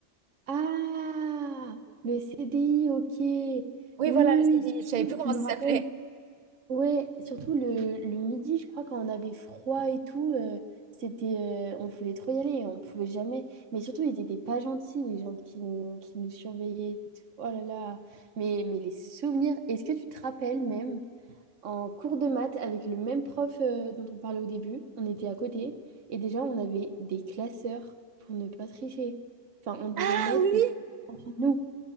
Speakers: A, on the right (about 85°); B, on the right (about 45°).
A: Ah, le CDI, ok. Oui,
B: Oui, voilà,
A: oui, oui,
B: le CDI.
A: surtout,
B: Je savais plus comment
A: je me
B: ça
A: rappelle.
B: s'appelait.
A: Ouais, surtout le, le midi, je crois, quand on avait froid et tout, euh, c'était, euh, on voulait trop y aller, on pouvait jamais. Mais surtout, ils étaient pas gentils, les gens qui nous, qui nous surveillaient et tout. Oh là là. Mais, mais les souvenirs, est-ce que tu te rappelles même? en cours de maths avec le même prof euh, dont on parlait au début. On était à côté et déjà on avait des classeurs pour ne pas tricher. Enfin, on devait
B: Ah
A: mettre
B: oui!
A: des entre nous.